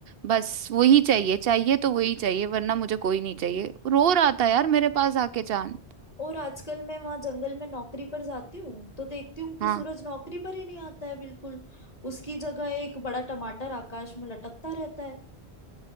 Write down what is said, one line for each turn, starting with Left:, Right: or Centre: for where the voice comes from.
Right: बस वही चाहिए चाहिए तो वही चाहिए वरना मुझे कोई नहीं चाहिए रो रहा था यार मेरे पास आके चांद
Left: और आजकल मैं वहां जंगल में नौकरी पर जाती हूँ तो देखती हूँ कि
Right: हाँ
Left: सूरज नौकरी पर ही नहीं आता है बिल्कुल उसकी जगह एक बड़ा टमाटर आकाश में लटकता रहता है